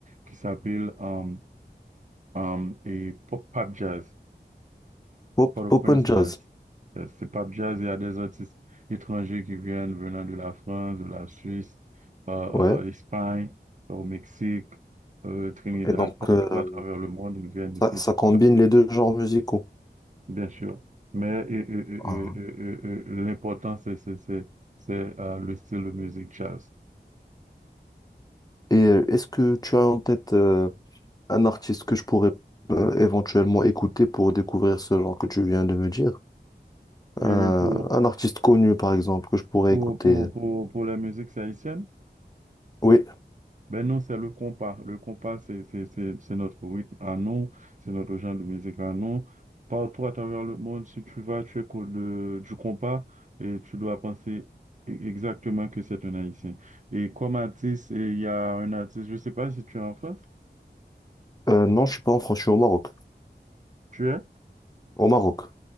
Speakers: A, on the right; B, on the left.
A: qui s'appelle euh, Um, et pop, pop jazz,
B: Pop,
A: Port-au-Prince
B: pop and jazz,
A: jazz. Euh, C'est pop jazz, il y a des artistes étrangers qui viennent venant de la France, de la Suisse, euh,
B: ouais.
A: euh, Espagne, au Mexique, euh, Trinidad,
B: Et donc,
A: partout
B: euh,
A: à travers le monde, ils viennent ici
B: ça, ça
A: pour
B: combine
A: faire,
B: les deux genres musicaux.
A: bien sûr. Mais euh, euh, euh,
B: Ah.
A: euh, euh, euh, l'important, c'est c'est- c'est- c'est, euh, le style de musique jazz.
B: Et euh, est-ce que tu as en tête euh, un artiste que je pourrais euh, éventuellement écouter pour découvrir ce genre que tu viens de me dire?
A: Et
B: Euh,
A: pour,
B: un artiste connu, par exemple, que je pourrais
A: pour,
B: écouter.
A: pour, pour, pour les musiques haïtiennes,
B: Oui,
A: Ben non, c'est le compas. Le compas, c'est c'est- c'est- c'est notre rythme à nous, c'est notre genre de musique à nous. Partout à travers le monde, si tu vas, tu écoutes le- du compas et tu dois penser e- exactement que c'est un Haïtien. Et comme artiste, et il y a un artiste, je ne sais pas si tu es en France,
B: Euh, non, je suis pas en France, je suis au Maroc.
A: tu es?
B: Au Maroc,